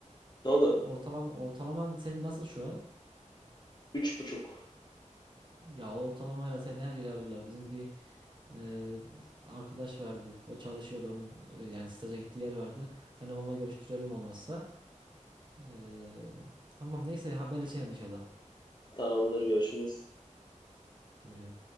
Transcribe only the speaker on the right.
Ortalama ortalaman senin nasıl şu an?
Ya o ortalamayla seni her yere alırlar. Bizim bir ee, arkadaş vardı. O çalışıyordu onun ee, yani staja gittiği yer vardı. Seni onunla görüştürelim olmazsa. Ee, tamam neyse haberleşelim inşallah.
Güle güle.